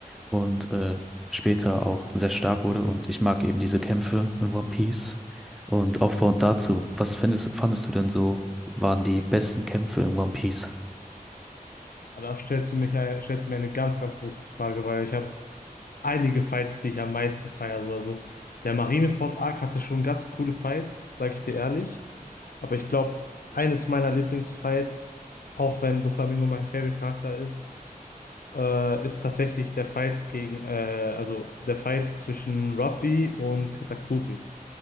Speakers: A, in the centre; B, on the left.
A: und äh, später auch sehr stark wurde. Und ich mag eben diese Kämpfe in One Piece. Und aufbauend dazu, was findest, fandest du denn so, waren die besten Kämpfe in One Piece?
B: Da stellst du mich, ein- stellst du mir eine ganz, ganz große Frage, weil ich habe einige Fights, die ich am meisten feiere. So, also der Marineford-Arc hatte schon ganz coole Fights, sag ich dir ehrlich. Aber ich glaube, eines meiner Lieblingsfights, auch wenn Doflamingo mein Favorite-Charakter ist, äh, ist tatsächlich der Fight gegen, äh, also der Fight zwischen Ruffy und Katakuri.